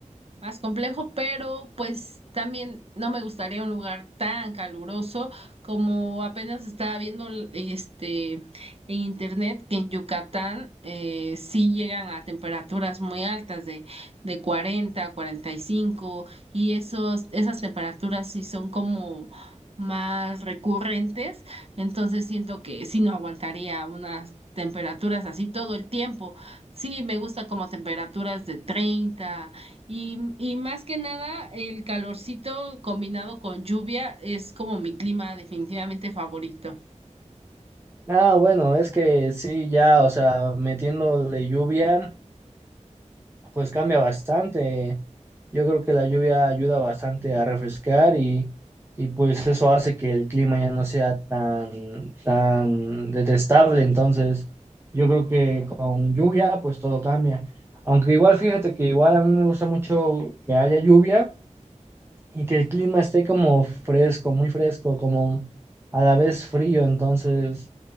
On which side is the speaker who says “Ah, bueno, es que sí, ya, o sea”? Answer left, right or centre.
Right